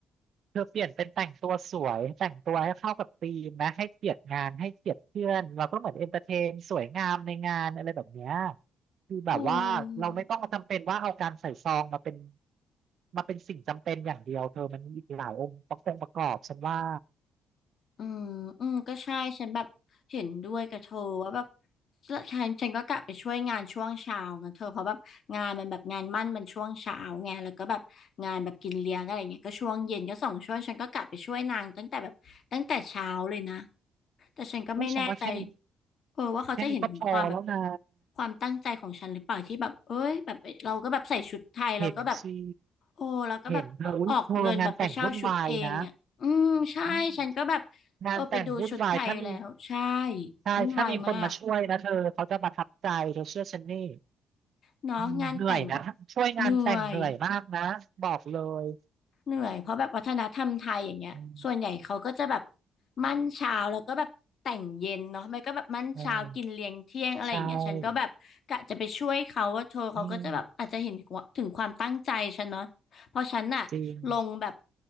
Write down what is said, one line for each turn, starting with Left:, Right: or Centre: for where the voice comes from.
Right: เธอเปลี่ยนเป็นแต่งตัวสวยแต่งตัวให้เข้ากับธีมนะให้เกียรติงานให้เกียรติเพื่อนเราก็เหมือนเอนเตอร์เทนสวยงามในงานอะไรแบบเนี้ยคือแบบว่าเราไม่ต้องมาจำเป็นว่าเอาการใส่ซองมาเป็น
Left: เออ
Right: มาเป็นสิ่งจำเป็นอย่างเดียวเธอมันมีอีกหลายองค์ประกอบประกอบฉันว่า
Left: อืม อืม ก็ใช่ ฉันแบบเห็นด้วยกับเธอว่าแบบฉันฉันก็กลับไปช่วยงานช่วงเช้านะเธอเพราะแบบงานมันแบบงานมั่นมันช่วงเช้าไงแล้วก็แบบงานแบบกินเลี้ยงอะไรเงี้ยก็ช่วงเย็นก็สองช่วงฉันก็กลับไปช่วยนางตั้งแต่แบบตั้งแต่เช้าเลยนะแต่ฉันก็ไม่แน่ใจ
Right: อู้ฉันว่าแค่นี้
Left: เออว่าเขาจะเห็นถึงความแบบ
Right: แค่นี้ก็พอแล้วนะ
Left: ความตั้งใจของฉันหรือเปล่าที่แบบเอ้ยแบบเราก็แบบใส่ชุดไทยเราก็แบบ
Right: เห็นสิ
Left: โอ้เราก็แบบออกเงินแบบไปเช่าชุดเองอ่ะอืมใช่ฉันก็แบบ
Right: เห็นเธออุ้ยเธองานแต่งวุ่นวายนะอืมงานแต่งวุ่นวายถ้ามี
Left: เออไปดูชุดไทยแล้วใช่
Right: ใช่ถ้ามีคนมาช่วยนะเธอเขาจะประทับใจเธอเชื่อฉันนี่
Left: วุ่นวายมากเนาะงานแต่งแบบ
Right: อืมเหนื่อยนะช่วยงานแต่งเหนื่อยมากนะบอกเลย
Left: เหนื่อยเหนื่อยเพราะแบบวัฒนธรรมไทยอย่างเงี้ยส่วนใหญ่เขาก็จะแบบ
Right: อืม
Left: มั่นเช้าแล้วก็แบบแต่งเย็นเนาะไม่ก็แบบมั่นเช้ากินเลี้ยงเที่ยงอะไรอย่างเงี้ยฉันก็แบบกะจะไปช่วยเขาว่าเธอเขาก็จะแบบอาจจะเห็นถึงความตั้งใจฉันเนาะเพราะฉันน่ะลงแบบ
Right: เออใช่อืมจริง